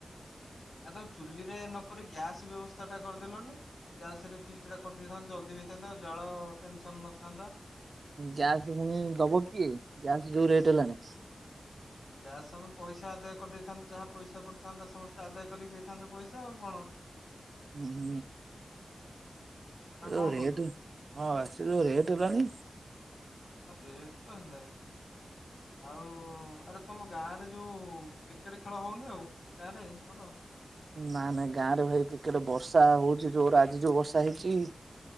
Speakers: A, on the left; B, on the right.
A: ଆ ତମେ ଚୁଲିରେ ନକରି ଗ୍ୟାସ ବ୍ୟବସ୍ଥା ଟା କରିଦେଲଣିି। ଗ୍ୟାସ ରେ ଫିଷ୍ଟୀଟା କରିଦେଇଥାନ୍ତ ଜଲଦି ହେଇଥାନ୍ତା ଆଉ ଜାଳ ଟେନସନ ନଥାନ୍ତା।
B: ଗ୍ୟାସ୍ ପୁଣି ଦବ କିଏ ଗ୍ୟାସ ଯଉ ରେଟ୍ ହେଲାଣି।
A: ଗ୍ୟାସ୍ ଆମେ ପଇସା ଆଦାୟ କରିଦେଇଥାନ୍ତୁ ଯାହା ପଇସା ପଡିଥାନ୍ତା ସମସ୍ତେ ଆଦାୟ କରିକି ଦେଇଥାନ୍ତୁ ପଇସା ଆଉ କଣ?
B: ହୁଁ
A: ନା
B: ଯଉ
A: କଣ
B: ରେଟ
A: କହୁଛୁ
B: ହଁ ବା ସେ ଯଉ ରେଟ <unintelligible>
A: ହଁ ରେଟ ତ ହେଲାଣି ଆଉ ଆରେ ତମ ଗାଁରେ ଯଉ କ୍ରିକେଟ ଖେଳ ହଉନି ଆଉ? ଗାଁରେ ଆମର?
B: ନାଇଁ ନାଇଁ ଗାଁ ରେ ଭାଇ କ୍ରିକେଟ୍ ବର୍ଷା ହଉଚି ଯୋର ଆଜି ଯଉ ବର୍ଷା ହେଇଚି